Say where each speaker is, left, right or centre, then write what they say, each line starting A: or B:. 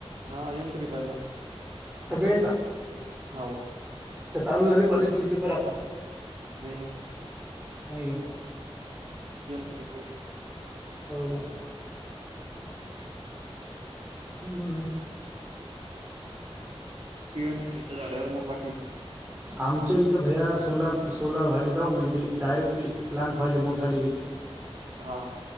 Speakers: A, on the right (about 60°); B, on the right (about 15°).
A: हा, येन तरी पहिला,
B: सगळ्याचा
A: हाव,
B: का चालू झाले, कॉलेज मध्ये पेपर आता.
A: नाही, नाही,
B: नाही का,
A: गेम तरी पहिले,
B: हो का, ह,
A: इन त्रीच झाल्यावर मग बाकी,
B: आमच्या इथं भैया सोलार सोलार व्हायले, का म्हणजे त डायरेक्ट ती प्लंट व्हायली मोठाली की
A: हा,